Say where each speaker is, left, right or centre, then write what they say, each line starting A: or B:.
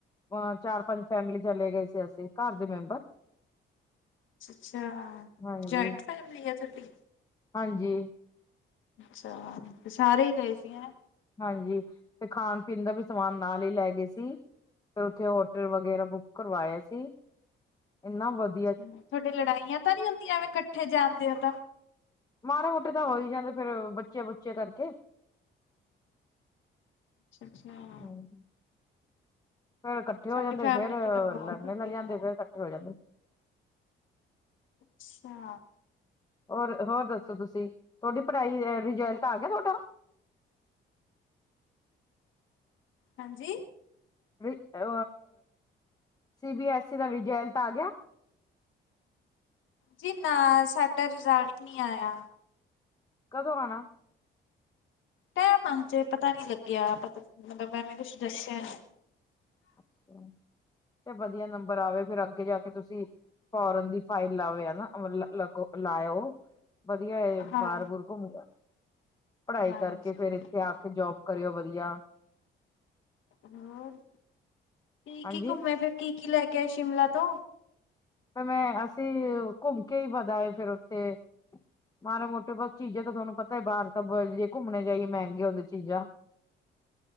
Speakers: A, on the left; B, on the left.
A: ਅ ਚਾਰ- ਪੰਜ ਫੈਮਿਲੀ ਚਲੇ ਗਏ ਸੀ ਅਸੀਂ, ਘਰ ਦੇ ਮੈਂਬਰ।
B: ਅ ਅੱਛਾ,
A: ਹਾਂਜੀ
B: ਜਾਇੰਟ ਫੈਮਲੀ ਆ ਤੁਹਾਡੀ?
A: ਹਾਂਜੀ
B: ਅੱਛਾ ਤੇ ਸਾਰੇ ਹੀ ਗਏ ਸੀ, ਐਂ।
A: ਹਾਂਜੀ ਤੇ ਖਾਣ- ਪੀਣ ਦਾ ਵੀ ਸਮਾਨ ਨਾਲ ਹੀ ਲੈ ਗਏ ਸੀ। ਫੇਰ ਉੱਥੇ ਹੋਟਲ ਵਗੈਰਾ ਬੁੱਕ ਕਰਵਾਇਆ ਸੀ ਇੰਨਾ ਵਧ-
B: ਤੁਹਾਡੇ ਲੜਾਈਆਂ ਤਾਂ ਨੀ ਹੁੰਦੀਆਂਵੇ ਫੇ ਇਕੱਠੇ ਜਾਣਦੇ ਹੋ ਤਾਂ।
A: ਮਾੜੇ- ਮੋਟੇ ਤਾਂ ਹੋ ਹੀ ਜਾਂਦੇ ਫੇਰ ਬੱਚੇ ਬੁੱਚਿਆਂ ਕਰਕੇ।
B: ਅੱਛਾ- ਅੱਛਾ।
A: ਹੂੰ ਫੇਰ ਇਕੱਠੇ
B: ਸਾਡੀ
A: ਹੋ ਜਾਂਦੇ
B: ਫੈਮਿਲੀ
A: ਫੇਰ
B: ਚ ਤਾਂ ਬਹੁਤ
A: ਲਰਨੇ
B: ਹੁੰਦੀਆਂ
A: ਲਗ ਜਾਂਦੇ
B: ਨੇ।
A: ਫੇਰ, ਹੋ ਜਾਂਦੇ।
B: ਅੱਛਾ।
A: ਹੋਰ- ਹੋਰ ਦੱਸੋ ਤੁਸੀਂ ਤੁਹਾਡੀ ਪੜਾਈ ਰਿਜਲਟ ਆ ਗਿਆ ਤੁਹਾਡਾ?
B: ਹਾਂਜੀ?
A: ਅ ਸੀ ਬੀ ਐਸੀ ਦਾ ਰਿਜਲਟ ਆ ਗਿਆ।
B: ਜੀ ਨਾ ਸਾਡਾ ਰਿਜ਼ਲਟ ਨੀ ਆਇਆ।
A: ਕਦੋਂ ਆਣਾ?
B: ਟੈਮ ਆ ਹਜੇ ਪਤਾ ਨੀ ਲੱਗਿਆ ਮਤਲਬ ਐਵੇਂ ਕੁਛ ਦੱਸਿਆ ਨੀ।
A: ਅੱਛਾ ਵਧੀਆ ਨੰਬਰ ਆਵੇ ਫਿਰ ਅੱਗੇ ਜਾ ਕੇ ਤੁਸੀਂ ਫੋਰਨ ਦੀ ਫਾਈਲ ਲਾਵੇ ਹਨਾ ਲ ਲਾਇਓ। ਵਧੀਆ ਏ
B: ਹਾਂ
A: ਬਾਹਰ ਬੂਰ ਘੁੰਮ ਪੜ੍ਹਾਈ
B: ਹਾਂਜੀ
A: ਕਰਕੇ ਫੇਰ
B: ਹਾਂਜੀ
A: ਇੱਥੇ ਆ ਕੇ ਜੋਬ ਕਰਿਓ ਵਧੀਆ।
B: ਹੋਰ ਕੀ
A: ਹਾਂਜੀ
B: ਕੀ ਘੁੰਮੇ ਫਿਰ ਕੀ ਕੀ ਲੈ ਕੇ ਆਏ ਸ਼ਿਮਲਾ ਤੋਂ?
A: ਫਿਰ ਮੈਂ ਅਸੀਂ ਘੁੰਮ ਕੇ ਹੀ ਪਤਾ ਫੇਰ ਉੱਥੇ ਮਾੜੇ ਮੋਟੇ ਬਸ ਚੀਜ਼ਾਂ ਤਾਂ ਤੁਹਾਨੂੰ ਪਤਾ ਹੀ ਬਾਹਰ ਤਾਂ ਜੇ ਘੁੰਮਣੇ ਜਾਈਏ ਮਹਿੰਗੇ ਹੁੰਦੇ ਚੀਜ਼ਾਂ।